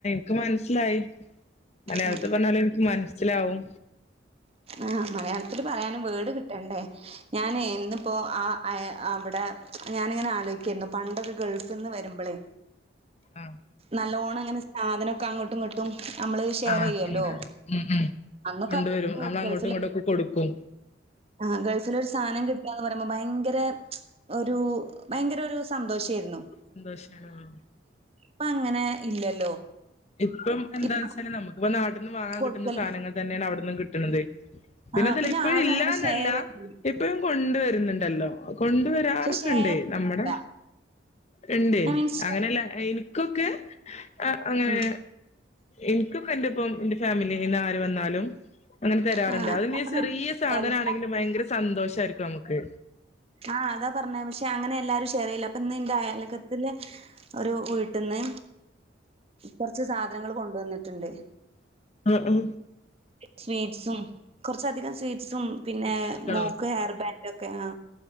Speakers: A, on the left; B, on the right.
A: ൻക്ക് മനസ്സിലായി മലയാളത്ത്
B: ഉം
A: പറഞ്ഞാലും ൻക്ക് മനസ്സിലാവും
B: ആഹ മലയാളത്തില് പറയാനും വേഡ് കിട്ടണ്ടേ ഞാനെ എന്നും പ്പോ ആ അയ അവടെ ഞാനിങ്ങനെ ആലോയിക്കായിരുന്നു പണ്ടൊക്കെ ഗൾഫ്ന്ന് വരുമ്പളേ
A: ആഹ
B: നല്ലോണങ്ങനെ സാധനൊക്കെ അങ്ങട്ടുംങ്ങട്ടും ട്ടും നമ്മള് ഷെയറെയ്യല്ലോ
A: ആ കൊണ്ട ഉം ഉം
B: അന്നൊക്ക
A: കൊണ്ടുവരും നമ്മൾ അങ്ങോട്ടും
B: ഗൾഫില്
A: ഇങ്ങോട്ടും ഒക്കെ കൊടുക്കും
B: ആഹ ഗൾഫിലൊര് സാനം കിട്ടാന്ന പറിമ്പം ഭയങ്കര ഒരു ഭയങ്കര ഒരു സന്തോഷേയിരുന്നു
A: സന്തോഷാണ് ആഹ
B: ഇപ്പ അങ്ങനെ ഇല്ലല്ലോ
A: ഇപ്പം എന്താണ്ന്ന്ച്ചാല്
B: ഇപ്പ
A: നമ്മക്കിപ്പ നാട്ട്ന്ന് വാങ്ങാൻ
B: കൊടുക്കൽ
A: കിട്ട്ണ സാനങ്ങൾ തന്നെയാണ് അവിടന്നും കിട്ട്ണത് പിന്നെതല്ല
B: ആ പിന്നെ
A: ഇപ്പഴും
B: ആരും
A: ഇല്ലന്നല്ല
B: അങ്ങനെ ഷെയർ ചെയ്യില്ല.
A: ഇപ്പഴും കൊണ്ടുവരുന്നുണ്ടല്ലോ കൊണ്ടുവ പ
B: പക്ഷെ
A: ആാരൊക്കെ
B: ഷെയർ
A: ഉണ്ടേ നമ്മുടെ
B: ഇല്ല.
A: ഉണ്ട്േ
B: ഞാൻ മീൻസ്
A: അങ്ങനെയല്ല എനിക്കൊക്കെ അങ്ങനെ
B: മ
A: എനിക്കൊക്കെ എന്റെ ഇപ്പം എന്റെ ഫാമിലി നിെ ആര് വന്നാലും അങ്ങനെ തരാറുണ്ട്
B: ആ
A: അത്ാ
B: ഞാൻ പറഞ്ഞെ
A: ചെറിയ സാധനം
B: എല്ലാ
A: ആണെങ്കിലും ഭയങ്കര സന്തോഷമായിരിക്കും നമുക്ക്
B: ആഹ് അതാ പറഞ്ഞ പക്ഷെ അങ്ങനെ എല്ലാരും െയർയില്ല അപ്പൊ ഇന്ന് ഇന്റെ അയലക്കത്തില് ഒരു വീട്ടിൽന്ന് കൊറച്ച് സാധനങ്ങള് കൊണ്ടുവന്നിട്ടുണ്ട്
A: ആഹ ആ
B: സ്വീറ്റ്സും കുറച്ചധികം സ്വീറ്റ്സും പിന്നെ
A: മിഠായികളോ
B: മോക്ക് ഹെയർ ബാൻഡ ഒക്കെ ആ